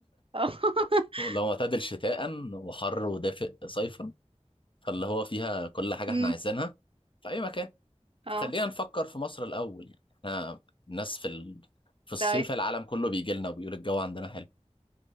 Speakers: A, on the right; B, on the left.
A: اه <laughs>
B: <laughs> لو معتدل شتاء وحر ودافئ صيفا فاللي هو فيها كل حاجة
A: امم
B: احنا عايزينها في أي مكان
A: اه
B: فخلينا نفكر في مصر الأول يعني احنا الناس في ال... في الصيف
A: طيب
B: العالم كله بيجي لنا وبيقول الجو عندنا حلو